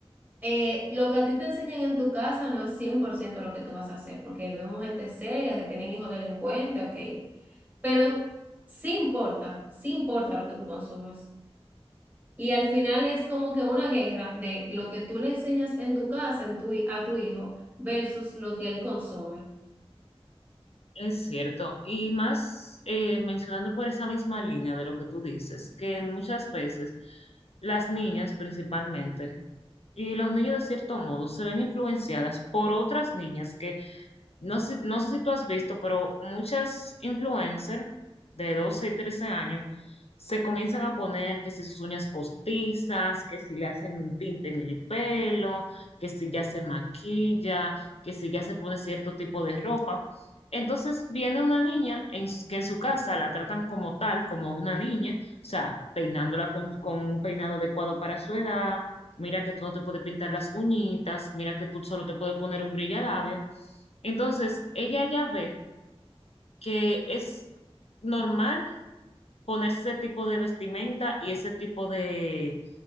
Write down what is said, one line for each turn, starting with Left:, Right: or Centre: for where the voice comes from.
Right: eh, lo que a ti te enseñan en tu casa no es 100% lo que tú vas a hacer, porque vemos gente seria que tienen hijos delincuentes, ok, pero sí importa, sí importa lo que tú consumes. Y al final es como que una guerra de lo que tú le enseñas en tu casa, en tu, hi- a tu hijo, versus lo que él consume.
Left: Es cierto, y más eh, mencionando por esa misma línea de lo que tú dices, que muchas veces las niñas principalmente y los niños de cierto modo se ven influenciadas por otras niñas que no sé, no sé si tú has visto, pero muchas influencers de 12 y 13 años se comienzan a poner que si sus uñas postizas, que si le hacen un tinte en el pelo, que si ya se maquilla, que si ya se pone cierto tipo de ropa. Entonces viene una niña en, s- que en su casa la tratan como tal, como una niña, o sea, peinándola con, con un peinado adecuado para su edad. Mira que tú no te puedes pintar las uñitas, mira que tú solo te puedes poner un brillalabio. Entonces, ella ya ve que es normal ponerse ese tipo de vestimenta y ese tipo de,